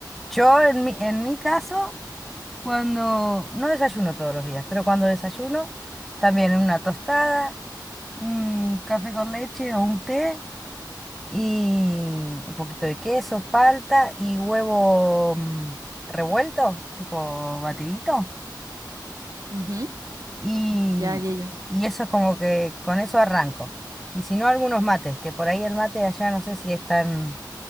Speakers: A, in the centre; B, on the right.
A: yo en mi, en mi caso, cuando no desayuno todos los días, pero cuando desayuno, también una tostada, un café con leche o un té. y un poquito de queso, palta y huevo mm, revuelto, tipo batidito.
B: Ujú.
A: Y,
B: Ya, ya, ya.
A: y eso es como que con eso arranco. Y si no, algunos mates, que por ahí el mate de allá no sé si es tan,